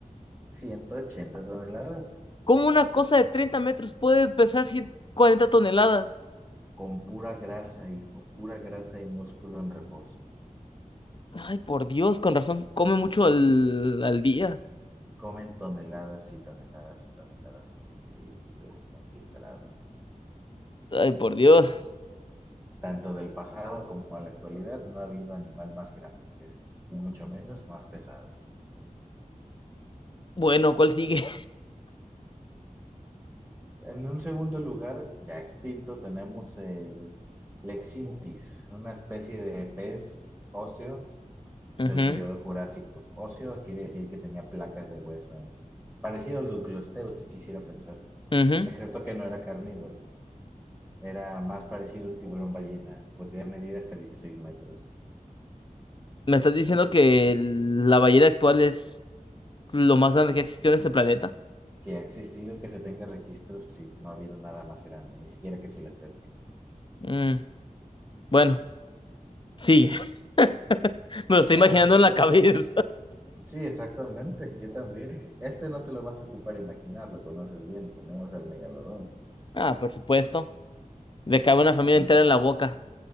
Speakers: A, on the right (about 15°); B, on the left (about 35°).
A: 180 toneladas
B: ¿Cómo una cosa de treinta metros puede pesar 100 cuarenta toneladas?
A: con pura grasa, hijo, pura grasa y músculo en reposo.
B: Ay, por Dios, con razón, come mucho al, al día.
A: Comen toneladas y toneladas y toneladas de krill y plancton filtrado.
B: Ay, por Dios.
A: tanto del pasado como a la actualidad, no ha habido animal más grande que este, y mucho menos más pesado.
B: Bueno, ¿cuál sigue?
A: En un segundo lugar, ya extinto, tenemos el Lexintis, una especie de pez óseo
B: <laughs>
A: del
B: Ujú,
A: periodo Jurásico. Óseo quiere decir que tenía placas de hueso, ¿eh? parecido al Duclosteus, quisiera pensar,
B: ujú.
A: excepto que no era carnívoro. Era más parecido a un tiburón ballena, podía medir hasta 16 metros.
B: ¿Me estás diciendo que el- la ballena actual es lo más grande que ha existido en este planeta?
A: Que ha existido que se tenga registro, sí, no ha habido nada más grande, ni siquiera que se le acerque.
B: Mm, bueno, Sí, <laughs> me lo estoy
A: Ah,
B: imaginando en la cabeza.
A: sí, exactamente, yo también. Este no te lo vas a ocupar imaginar, lo conoces bien. Tenemos al megalodón,
B: Ah, por supuesto. Le cabe una familia
A: con, un-
B: entera en la boca.